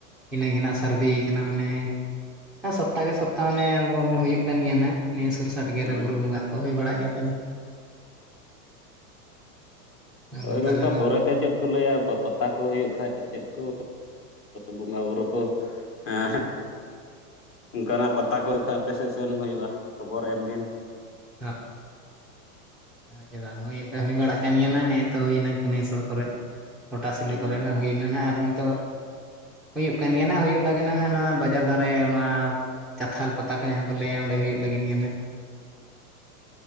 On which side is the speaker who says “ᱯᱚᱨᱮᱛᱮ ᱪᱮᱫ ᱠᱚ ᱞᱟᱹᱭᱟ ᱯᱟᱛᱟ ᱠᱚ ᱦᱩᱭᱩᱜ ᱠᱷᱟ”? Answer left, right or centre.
Left